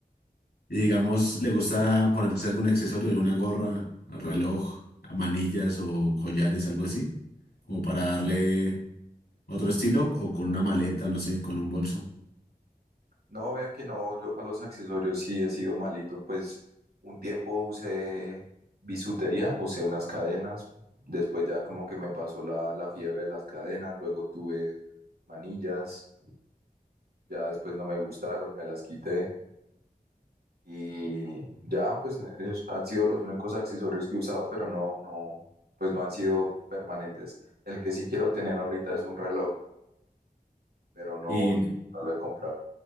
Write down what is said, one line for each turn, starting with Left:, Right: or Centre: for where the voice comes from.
Left: Y digamos, le gusta ponerse algún accesorio, alguna gorra, reloj, manillas o collares, algo así, como para darle otro estilo o con una maleta, no sé, con un bolso.
Right: No, vea que no, yo para los accesorios sí he sido malito, pues un tiempo usé bisutería, usé unas cadenas, después ya como que me pasó la, la fiebre de las cadenas, luego tuve manillas, ya después no me gustaron, me las quité. Y ya, pues es- han sido los únicos accesorios que he usado, pero no, no, pues no han sido permanentes. El que sí quiero tener ahorita es un reloj, pero no,
Left: Y le
Right: no lo he comprado.